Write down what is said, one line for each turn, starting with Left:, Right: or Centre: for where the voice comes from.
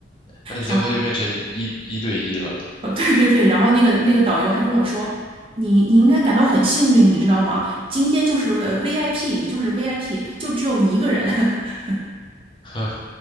Left: 那你最后就变成一一一对一了，
Right: 然后，哦对对对，然后那个那个导游还跟我说，你你应该感到很幸运，你知道吗？今天就是呃 VIP，你就是 VIP，就只有你一个人。<laughs>
Left: <laughs> 哼。